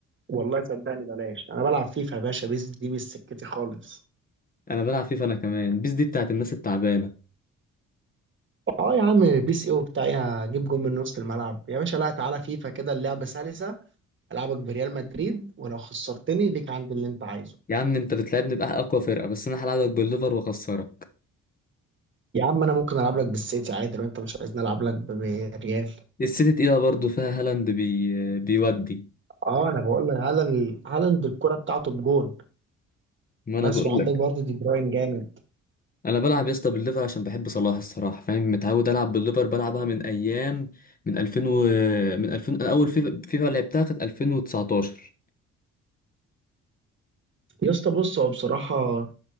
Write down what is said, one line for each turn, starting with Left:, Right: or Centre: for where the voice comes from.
Right: والله صدقني بلاش انا بلعب فيفا يا باشا بيس دي مش سكتي خالص
Left: انا بلعب فيفا انا كمان بيس دي بتاعت الناس التعبانه
Right: اه يا عم بيس ايه وبتاع يا جيب جون من نص الملعب يا باشا لا تعالى فيفا كده اللعبه سلسه العبك بريال مدريد ولو خسرتني ليك عندي اللي انت عايزه
Left: يا عم انت بتلعبني بقى اقوى فرقه بس انا هلعبك بالليفر واخسرك
Right: يا عم انا ممكن العب لك بالسيتي عادي لو انت مش عايزني العب لك ب- بريال
Left: السيتي تقيله برضه فيها هالاند بي... بيودي
Right: اه انا بقول لك هالاند هالاند الكره بتاعته بجون
Left: ما
Right: بس
Left: انا بقول
Right: وعندك
Left: لك
Right: برضه دي بروين جامد
Left: انا بلعب يا اسطى بالليفر عشان بحب صلاح الصراحه فاهم متعود العب بالليفر بلعبها من ايام من 2000 و... من 2000 انا اول فيفا فيفا لعبتها كانت 2019
Right: يا اسطى بص هو بصراحه